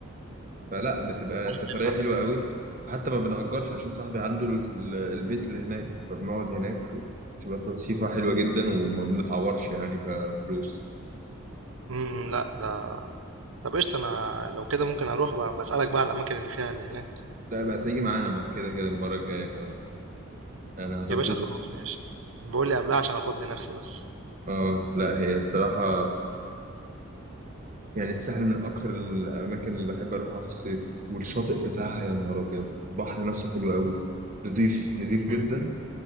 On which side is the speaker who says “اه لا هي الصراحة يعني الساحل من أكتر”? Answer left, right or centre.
Right